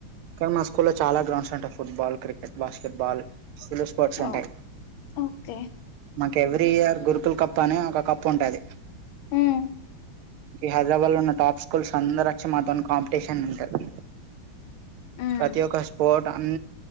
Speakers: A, on the right; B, on the left.
A: కానీ మా స్కూ లో చాలా గ్రౌండ్స్ ఉంటాయి football cricket basketball full sports ఉంటాయ్
B: ఓహ్! ఓకే
A: మాకు ఎవ్రీ ఇయర్ గురుకుల కప్ అనీ ఒక కప్ ఉంటది
B: ఉమ్
A: హైదరాబాద్ లో ఉన్న టాప్ స్కూల్స్ అందరు వచ్చి మాతోని కాంపిటీషన్ ఉంటరు
B: ఉమ్
A: ప్రతీ ఒక్క స్పోట్ అన్